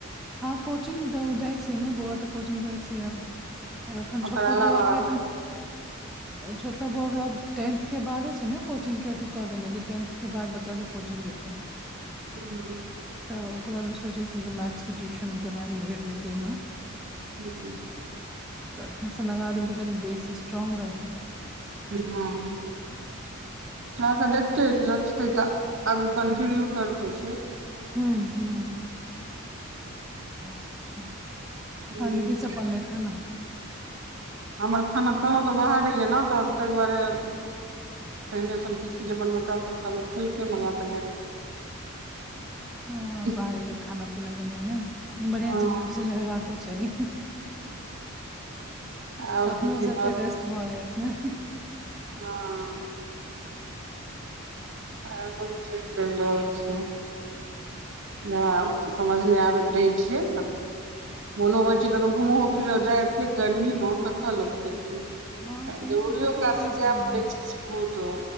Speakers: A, in the centre; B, on the right (about 60°).
A: हँ कोचिंग तऽ जाइ छै ने बौआ त कोचिंग जाइ छै आब अखन
B: ओकर
A: छोटका
B: अलावा
A: बोआ के तऽ छोटका बौआ के आब टेंथ के बादे छै ने कोचिंग के अथी कऽ देने जे टेंथ के बाद बच्चा सब कोचिंग जेते <inaudible>
B: हँ
A: तऽ ओकरा लेल सोचै छियै जे मैथ्स के ट्यूशन केना हीन भेट जेतै एम्महर।
B: <inaudible>
A: तऽ एखनेसँ लगा देबै तऽ कनि बेस स्ट्रोंग रहतै।
B: हँ कऽ क देखते रचतै तऽ आगू कंटिन्यू करतै से
A: हूँ हू ईहा सब छै
B: हूँ
A: अगे की सब बनलेय खाना।
B: हमर खाना कहलहुँ तऽ बाहरे य ने तऽ ताहि दुआरे तहिने सब किछु जे अपन बचा संग तबै खेलके मंगा तनै
A: ह
B: के
A: बाहरेके खाना पीना भेल ने बढ़िया
B: हँ
A: छै बीच बीच मे हेबाको चाही
B: आ
A: अपनो
B: किछु किछु
A: सबके
B: आओर
A: रेस्ट भऽ जायत ने
B: हँ इहा सब चीज चलि रहल छै नहि आब तऽ समझ नहि आबैत रहै छियै। मनो होइ छै कतहु घूमहो फिरहो जाय एतेक गर्मीमे कतय लोग जेतै
A: बहुत सही
B: जरूरीयो
A: मे बहुत
B: काज
A: ज्यादा
B: जाय
A: गर्मी
B: पड़ै छै ओ तऽ